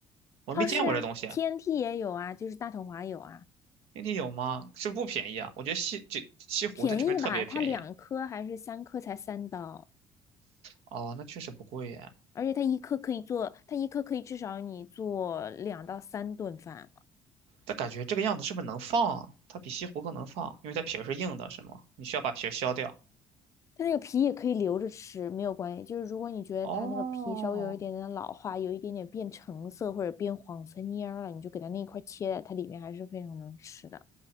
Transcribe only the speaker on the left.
超市啊，TNT 也有啊，就是大统华有啊。
便宜的吧，它两颗还是三颗才三刀，
而且它一颗可以做，它一颗可以至少你做两到三顿饭了。
它那个皮也可以留着吃，没有关系。就是如果你觉得它那个皮稍微有一点点老化，
有一点点变橙色或者变黄色蔫儿了，你就给它那一块切了，它里面还是非常能吃的。